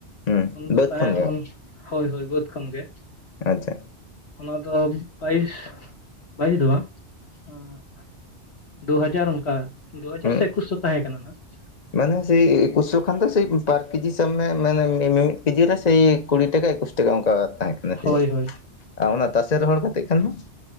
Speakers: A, on the left; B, on the left.
A: ᱦᱩᱸ
B: ᱩᱱᱫᱚ
A: ᱵᱟᱹᱫᱽ
B: ᱛᱟᱦᱮ
A: ᱠᱷᱚᱱ
B: <unintelligible>
A: ᱜᱮ
B: ᱦᱳᱭ ᱦᱳᱭ ᱵᱟᱹᱫᱽ ᱠᱷᱚᱱ ᱜᱮ,
A: ᱟᱪᱪᱷᱟ
B: ᱚᱱᱟ ᱫᱚ ᱵᱟᱭᱤᱥ ᱵᱟᱭᱤᱥ ᱫᱚ ᱵᱟᱝ ᱟᱸ ᱫᱩ ᱦᱟᱡᱟᱨ ᱚᱱᱠᱟ ᱫᱩ ᱦᱟᱡᱟᱨ
A: ᱦᱩᱸ
B: ᱥᱮ ᱮᱠᱩᱥᱚ ᱛᱟᱦᱮᱸ ᱠᱟᱱᱟ ᱱᱟᱦᱟᱸᱜ ᱾
A: ᱢᱟᱱᱮ ᱥᱮᱭ ᱮᱠᱩᱥᱚ ᱠᱷᱟᱱ ᱫᱚ ᱥᱮ ᱯᱟᱨ ᱠᱮᱡᱤ ᱥᱟᱢ ᱢᱮ ᱢᱟᱱᱮ ᱢᱤ ᱢᱤᱢᱤᱫ ᱠᱮᱡᱤ ᱨᱮ ᱥᱮᱭ ᱠᱩᱲᱤ ᱴᱟᱠᱟ ᱮᱠᱩᱥ ᱴᱟᱠᱟ ᱚᱱᱠᱟ ᱛᱟᱦᱮᱸ ᱠᱟᱱᱟ᱾
B: ᱦᱳᱭ ᱦᱳᱭ
A: ᱟ
B: ᱦᱳᱭ
A: ᱚᱱᱟ ᱛᱟᱥᱮ ᱨᱚᱦᱚᱲ ᱠᱟᱛᱮᱫ ᱠᱷᱟᱱ ᱦᱚ